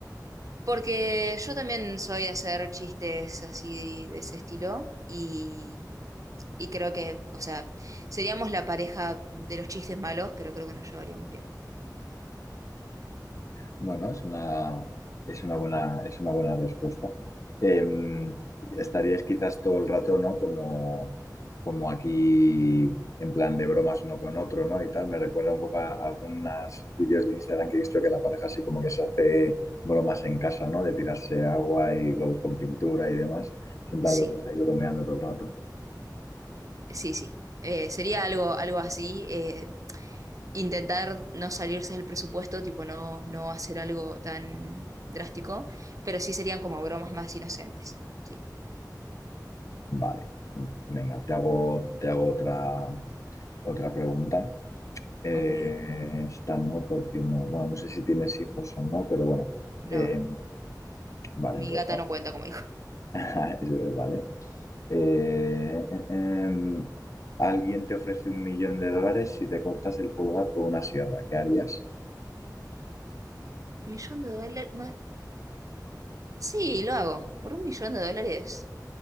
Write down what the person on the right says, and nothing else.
Porque yo también soy de hacer chistes así de ese estilo y, y creo que, o sea, seríamos la pareja de los chistes malos, pero creo que nos llevaríamos bien.
Sí.
Sí, sí. Eh, sería algo, algo así. eh, intentar no salirse del presupuesto, tipo no, no hacer algo tan drástico, pero sí serían como bromas más inocentes. Sí.
Ok.
No,
no.
Mi
gata
no cuenta como hijo
<laughs> Millón de dólares. ma- Sí, lo hago. Por un millón de dólares.